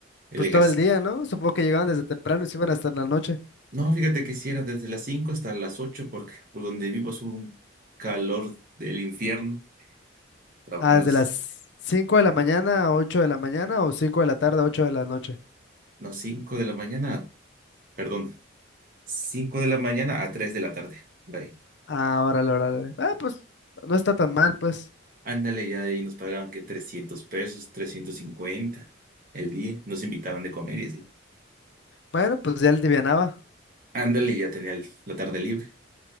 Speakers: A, on the right; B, on the left.
A: el
B: Pues
A: ejercicio.
B: todo el día, ¿no? Supongo que llegaban desde temprano y se iban hasta en la noche.
A: No, fíjate que si era desde las 5 hasta las 8 porque por donde vivo es un calor del infierno, trabajando
B: Ah, desde
A: las
B: las 5 de la mañana a 8 de la mañana o 5 de la tarde a 8 de la noche.
A: no, 5 de la mañana, perdón, 5 de la mañana a 3 de la tarde, por ahí.
B: Ah, órale, órale. Ah, pues no está tan mal, pues.
A: Ándale, ya de ahí nos pagaban que 300 pesos, 350 el día, nos invitaban de comer y así.
B: Bueno, pues ya él divianaba.
A: Ándale, ya tenía el- la tarde libre.